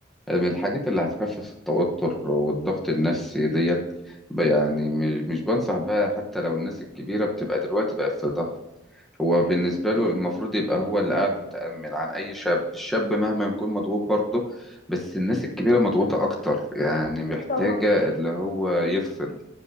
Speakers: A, in the centre; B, on the left (about 45°).
A: من الحاجات اللي هتخفف التوتر والضغط النفسي ديت ب- يعني م- مش بنصح بها حتى لو الناس الكبيرة بتبقى دلوقتي بقى في ضغط هو
B: امم
A: بالنسبة له المفروض يبقى هو اللي قاعد متأمل عن أي شاب الشاب مهما يكون مضغوط برضه بس الناس الكبيرة مضغوطة أكتر يعني محتاجة
B: أكيد طبعا
A: اللي هو يفصل